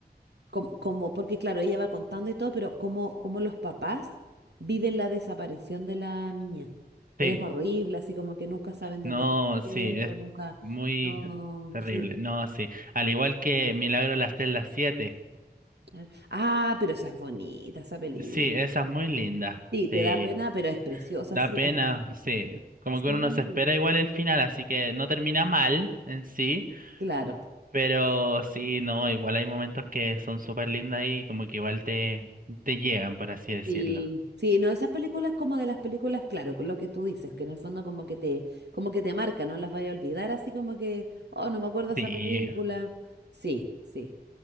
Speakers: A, on the right; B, on the right.
A: como, como- porque claro, ella va contando y todo, pero como, como los papás viven la desaparición de la niña. Es
B: Sí,
A: horrible, así como que nunca saben dónde
B: No,
A: está el
B: sí, es
A: cuerpo, nunca,
B: muy
A: no,
B: terrible.
A: sí.
B: No, sí. Al igual que Milagro en las celdas siete
A: Ah, ah, pero esa es bonita, esa película.
B: Sí, esa es muy linda.
A: Sí, te
B: Sí,
A: da pena, pero es preciosa,
B: da
A: sí,
B: pena,
A: es-
B: sí. Como que
A: sí,
B: uno no se espera igual el final, así que no termina mal en sí,
A: claro.
B: pero sí, no, igual hay momentos que son súper lindas y como que igual te, te llegan, por así decirlo.
A: Sí, sí, no, esas películas como de las películas, claro, con lo que tú dices, que en el fondo como que te, como que te marca, no las vaya a olvidar, así como que, oh, no me acuerdo esa
B: Sí,
A: película. Sí, sí.